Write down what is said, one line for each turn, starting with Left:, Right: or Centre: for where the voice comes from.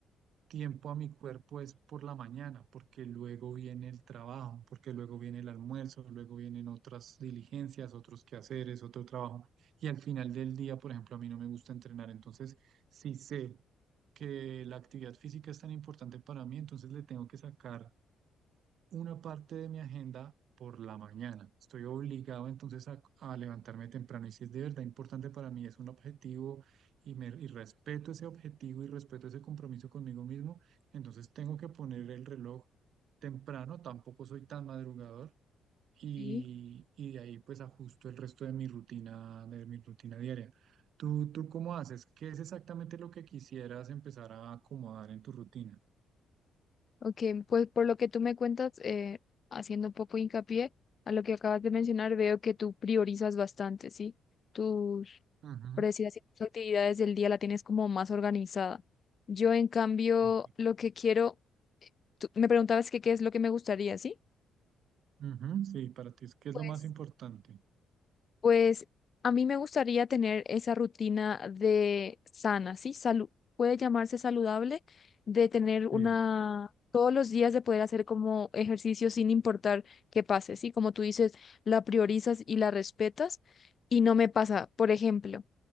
Right: tiempo a mi cuerpo es por la mañana, porque luego viene el trabajo, porque luego viene el almuerzo, luego vienen otras diligencias, otros quehaceres, otro trabajo. Y al final del día, por ejemplo, a mí no me gusta entrenar, entonces sí sé que la actividad física es tan importante para mí, entonces le tengo que sacar una parte de mi agenda por la mañana. Estoy obligado entonces a, a levantarme temprano y si es de verdad importante para mí, es un objetivo y, me, y respeto ese objetivo y respeto ese compromiso conmigo mismo, entonces tengo que poner el reloj temprano, tampoco soy tan madrugador y,
Left: Sí,
Right: y de ahí pues ajusto el resto de mi rutina, de mi rutina diaria. ¿Tú, tú cómo haces? ¿Qué es exactamente lo que quisieras empezar a acomodar en tu rutina?
Left: ok, pues por lo que tú me cuentas, eh, haciendo un poco hincapié a lo que acabas de mencionar, veo que tú priorizas bastante, ¿sí? tus
Right: Ujú.
Left: por decir así, tus actividades del día la tienes como más organizada. Yo, en cambio,
Right: Ok.
Left: lo que quiero, tú me preguntabas que qué es lo que me gustaría, ¿sí?
Right: Ujú, sí, para ti es que es
Left: Pues,
Right: lo más importante.
Left: pues a mí me gustaría tener esa rutina de sana, ¿sí? Salud, puede llamarse saludable, de tener una,
Right: Sí.
Left: todos los días de poder hacer como ejercicio sin importar qué pase, ¿sí? Como tú dices, la priorizas y la respetas y no me pasa, por ejemplo.